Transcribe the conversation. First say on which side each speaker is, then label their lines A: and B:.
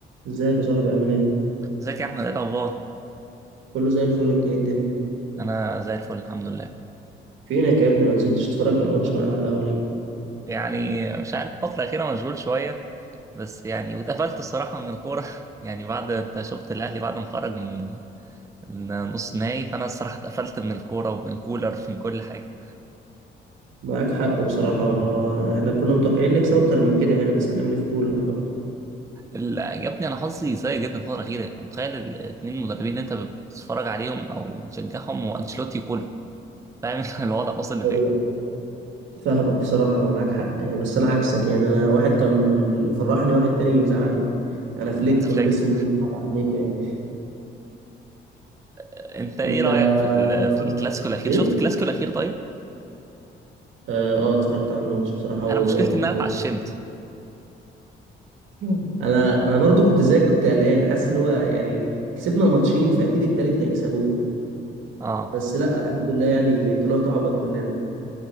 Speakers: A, on the right (about 80°); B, on the right (about 15°).
A: ازيك يا صاحبي عامل ايه
B: ازيك يا احمد ايه الاخبار
A: كله زي الفل انت ايه الدنيا
B: انا زي الفل الحمد لله
A: فينك يا ابني ما نزلتش تتفرج على ماتش معانا على القهوه ليه
B: يعني مش عارف الفتره الاخيره مشغول شويه بس يعني واتقفلت الصراحه من الكوره <laughs> يعني بعد انت شفت الاهلي بعد ما خرج من من نص نهائي فانا الصراحه اتقفلت من الكوره ومن كولر ومن كل حاجه
A: معاك حق بصراحه احنا كنا متوقعين نكسب اكتر من كده يعني بس هنعمل ايه في كولر بقى
B: اللي عجبني انا حظي سيء جدا الفتره الاخيره يعني متخيل الاثنين مدربين اللي انت بتتفرج عليهم او بتشجعهم وانشيلوتي وكولر فاهم انت الوضع واصل لفين
A: هو فاهمك بصراحه ومعاك حق يعني بس انا عكسك يعني انا واحد كان مفرحني واحد تاني مزعلني انا فليك
B: هانز
A: كنا
B: فليك
A: لسه مدينكم على عينيكم يعني
B: انت ايه
A: <laughs> انت
B: رايك في ال-
A: اتفرجت
B: في الكلاسيكو الاخير
A: ايه
B: شفت الكلاسيكو الاخير طيب
A: اه آه، اتفرجت على الماتش بصراحه وكنت
B: انا مشكلتي ان انا
A: مبسوط
B: اتعشمت
A: مم. انا انا برضو كنت زيك كنت قلقان حاسس اللي هو يعني كسبنا ماتشين فاكيد التالت هيكسبوه
B: اه
A: بس لا الحمد لله يعني طلعتوا اعبط مننا